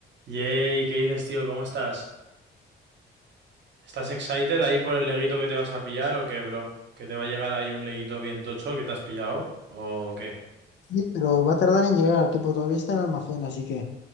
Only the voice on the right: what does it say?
Yay, ¿qué dices, tío? ¿Cómo estás? ¿Estás excited ahí por el leguito que te vas a pillar o qué, bro? ¿Que te va a llegar ahí un leguito bien tocho que te has pillado? ¿O qué?